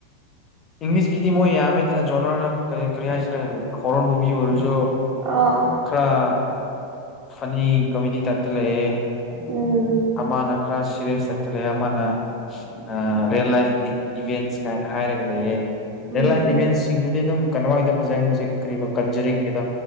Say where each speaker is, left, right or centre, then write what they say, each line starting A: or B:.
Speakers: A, on the left; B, on the right.
A: ꯏꯪꯂꯤꯁꯀꯤꯗꯤ ꯃꯣꯏ ꯌꯥꯝꯃꯦꯗꯅ ꯖꯣꯅ꯭ꯔꯗꯣ ꯀꯔꯤ ꯀꯔꯤ ꯍꯥꯏꯁꯦꯔꯥ ꯍꯣꯔꯣꯔ ꯃꯨꯚꯤ ꯑꯣꯏꯔꯁꯨ꯫
B: ꯑꯧ꯫
A: ꯈꯔ ꯐꯅꯤ ꯀꯣꯃꯦꯗꯤ ꯇꯥꯏꯞꯇ ꯂꯩꯑꯦ
B: ꯎꯝ
A: ꯑꯃꯅ ꯈꯔ ꯁꯤꯔꯦꯁ ꯆꯠꯇ ꯂꯩ ꯑꯃꯅ ꯑ ꯔꯤꯌꯦꯜ ꯂꯥꯏꯐ ꯏ-ꯏꯚꯦꯟꯁ ꯀꯥꯏꯅ ꯍꯥꯏꯔꯒ ꯂꯩꯌꯦ꯫
B: ꯎꯝ
A: ꯔꯤꯌꯦꯜ ꯂꯥꯏꯐ ꯏꯚꯦꯟꯁꯤꯡꯗꯨꯗꯤ ꯑꯗꯨꯝ ꯀꯩꯅꯣꯃꯒꯤꯗ ꯐꯖꯩ ꯍꯧꯖꯤꯛ ꯀꯔꯤꯕ ꯀꯟꯖꯨꯔꯤꯡꯒꯤꯗꯣ꯫